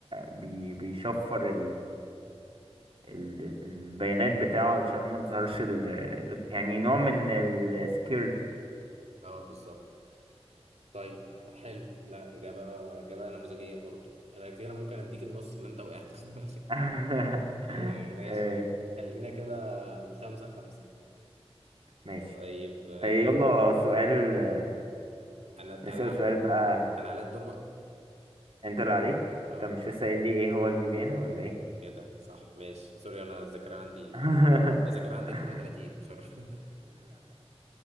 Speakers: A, on the right; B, on the right.
A: بي... بيشفر ال- ال- البيانات بتاعه علشان ما تظهرش ال... ال- يعني نوع من السكيورتي
B: اه بالظبط طيب حلو لا إجابة إجابة نموذجية برضو أنا كده ممكن أديك النص اللي أنت وقعت
A: <laughs>
B: <laughs> يا ماشي
A: آه،
B: خلينا كده خمسة خمسة
A: ماشي
B: طيب آه،
A: آه، يلا سؤال آه،
B: أنا أنا
A: نسأل سؤال بقى
B: أنا عليا الدور بقى
A: انت اللي عليك
B: أه
A: انت مش لسه قايل لي ايه هو الفي بي ان ولا ايه
B: إيه ده صح ماشي سوري أنا الذاكرة عندي
A: <laughs>
B: الذاكرة عندي 32 مش عارف <laughs>